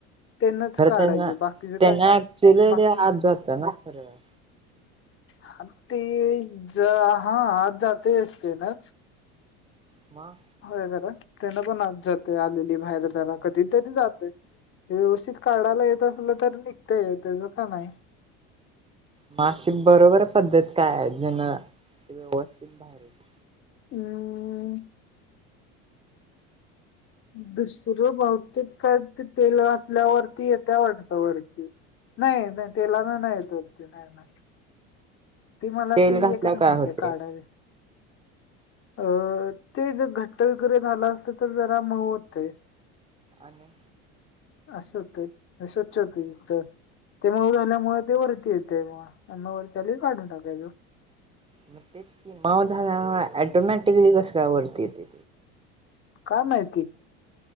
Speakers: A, on the left; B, on the right.
A: त्यांनाच
B: खरं
A: काढायचे
B: त्यांना
A: बाकीच
B: त्यान
A: काय
B: ऍक्च्युली
A: बाकी
B: ते आत जात त ना खरं.
A: ह ते जा हा आत जातायचं तेन.
B: म?
A: होय खरं. त्यान पण आत जातय आलेली बाहेर जरा कधीतरी जातय. व्यवस्थित काढायला येत असलं तर निघतय त्याचं का नाही.
B: म अशी बरोबर पद्धत काय आहे? जन ते व्यवस्थित बाहेर येतं?
A: अं दुसरं बहुतेक काय ते तेल घातल्यावरती येत्या वाटत वरती. नाही नाही तेलान नाही येत वरती. नाही नाही. ती मला
B: तेल
A: ती
B: घातल्यावर
A: एकच माहिती
B: काय होते
A: आहे काढायची. अ ते जर घट्ट वगैरे झाल असते तर ज चा मळ होतय.
B: आणि?
A: असं होतय. अस्वच्छता युक्त ते मऊ झाल्यामुळे ते वरती येते म. म वरती आल्यावर काढून टाकायचं.
B: मग तेच की मऊ झाल्याव ऑटोमॅटिकली कस का वरती येत?
A: काय माहिती?